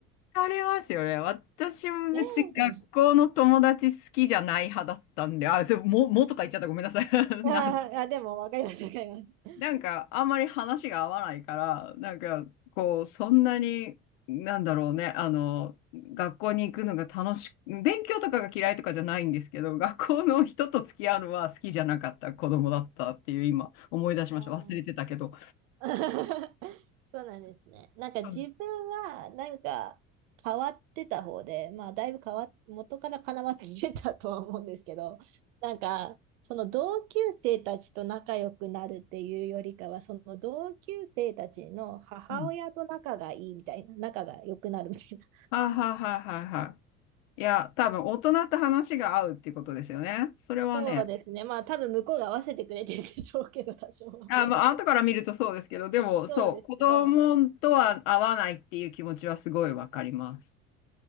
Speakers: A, on the left; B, on the right.
A: ありますよね。私も別に学校の友達好きじゃない派だったんで、
B: ねえ、みたいな。
A: あ、それも、もとか言っちゃった。ごめんなさい。<laughs>
B: あーあ、
A: な
B: でもわかります、わかります。
A: なんか、あんまり話が合わないから、なんか、こう、そんなに、なんだろうね、あの、学校に行くのが楽しく、勉強とかが嫌いとかじゃないんですけど、学校の人と付き合うのは好きじゃなかった子供だったっていう、今、思い出しました。
B: あー
A: 忘れてたけど。
B: <laughs> そうなんですね。なんか自分はなんか変わってた方で、
A: うん。
B: まあだいぶ変わっ、元からかなわってたとは思うんですけど、なんかその同級生たちと仲良くなるっていうよりかは、その同級生たちの母親と仲がいいみたいな、
A: うん。
B: 仲が良くなるみたいな。
A: はいはいはいはいはい。いや、多分、大人と話が合うっていうことですよね。それはね。
B: そうですね。まあ多分向こうが合わせてくれてるんでしょうけど、多少は。
A: あ、まあ、後から見るとそうですけど、でも、そう、
B: そうですけど、
A: 子供とは合わないっていう気持ちはすごいわかります。